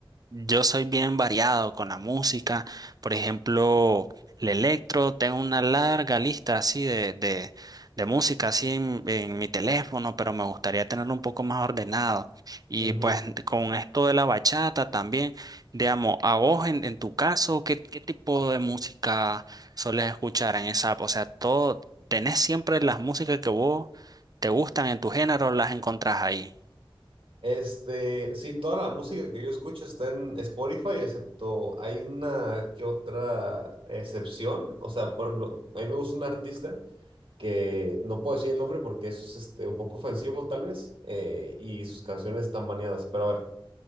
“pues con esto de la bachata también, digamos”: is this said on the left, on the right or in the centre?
Right